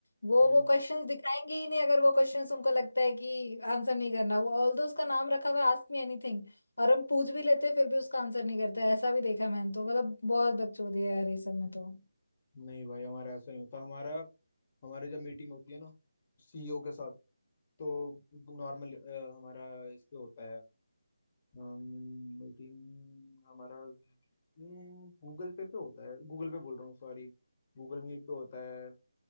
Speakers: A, on the left (about 90°); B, on the left (about 35°).
A: वो
B: हम्म
A: वो क्वेश्चंस दिखाएंगे ही नहीं अगर वो क्वेश्चंस उनको लगता है कि आंसर नहीं करना वो ऑल दो उसका नाम रखा हुआ है आस्क मी एनीथिंग और हम पूछ भी लेते हैं फिर भी उसका आंसर नहीं करता है ऐसा भी देखा है मैंने तो मतलब बहुत बकचोदी है यार ये सब में तो
B: नहीं भाई हमारा ऐसा नहीं होता हमारा हमारे जब मीटिंग होती है ना सीईओ के साथ तो नॉर्मल हमारा इस पे होता है मीटिंग हमारा गूगल पे पे होता है गूगल पे बोल रहा हूँ सॉरी गूगल मीट पे होता है